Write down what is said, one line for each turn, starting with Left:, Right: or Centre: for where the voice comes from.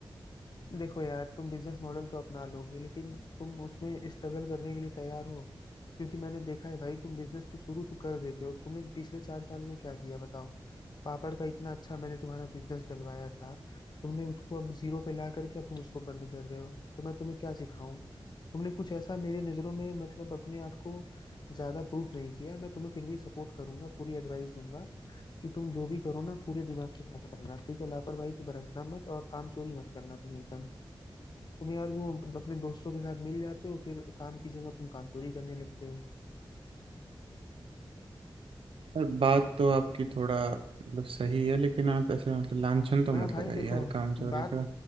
Left: देखो यार तुम बिजनेस मॉडल तो अपना लोगे लेकिन तुम उसमें स्ट्रगल करने के लिए तैयार हो क्योंकि मैंने देखा है भाई तुम बिजनेस तो शुरू तो कर देते हो तुमने पिछले चार साल में क्या किया बताओ पापड़ का इतना अच्छा मैंने तुम्हारा बिजनेस डलवाया था तुमने उसको अब जीरो पे ला करके अब तुम उसको बंद कर रहे हो तो मैं तुम्हें क्या सिखाऊं तुमने कुछ ऐसा मेरे नज़रों में मतलब अपने आप को ज्यादा प्रूफ नहीं किया मैं तुम्हें फिर भी सपोर्ट करूंगा पूरी एडवाइस दूंगा कि तुम जो भी करो ना पूरे दिमाग के साथ करना ठीक है लापरवाही तो बरतना मत और काम चोरी मत करना तुम एकदम तुम यार वो अपने दोस्तों के साथ मिल जाते हो फिर काम की जगह तुम काम चोरी करने लगते हो
Right: यार बात तो आपकी थोड़ा मतलब सही है लेकिन आप ऐसे मतलब लांछन तो
Left: मैं
Right: मत
Left: भाई
Right: लगाइए
Left: देखो
Right: यार काम चोरी
Left: बात
Right: का